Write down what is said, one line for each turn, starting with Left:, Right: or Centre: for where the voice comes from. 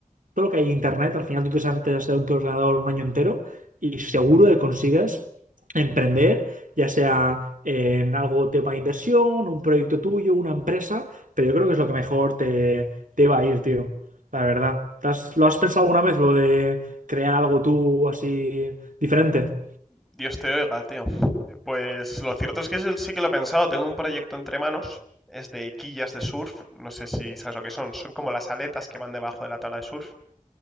Right: todo lo que hay en internet, al final tú te sientas de tu ordenador un año entero y seguro que consigues emprender, ya sea en algo tema de inversión, un proyecto tuyo, una empresa, pero yo creo que es lo que mejor te, te va a ir, tío, la verdad. ¿Te has- ¿Lo has pensado alguna vez, lo de crear algo tú así diferente?
Centre: Dios te oiga, tío. Pues lo cierto es que eso sí que lo he pensado. Tengo un proyecto entre manos. Es de quillas de surf. No sé si sabes lo que son. Son como las aletas que van debajo de la tabla de surf.